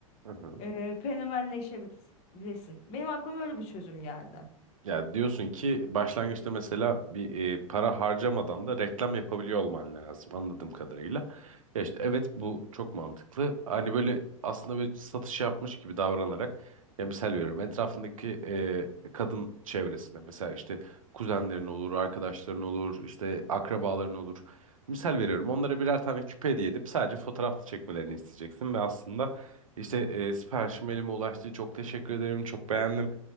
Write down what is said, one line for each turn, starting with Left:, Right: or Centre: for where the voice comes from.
Right: Hı hı.
Left: e, fenomenleşebilirsin. Benim aklıma öyle bir çözüm geldi.
Right: Ya diyorsun ki başlangıçta mesela bir e, para harcamadan da reklam yapabiliyor olman lazım anladığım kadarıyla. Ya işte evet bu çok mantıklı. Hani böyle aslında böyle satış yapmış gibi davranarak ya misal veriyorum etrafındaki e, kadın çevresine mesela işte kuzenlerin olur, arkadaşların olur, işte akrabaların olur. Misal veriyorum onlara birer tane küpe hediye edip sadece fotoğraf çekmelerini isteyeceksin ve aslında işte e, siparişim elime ulaştı çok teşekkür ederim çok beğendim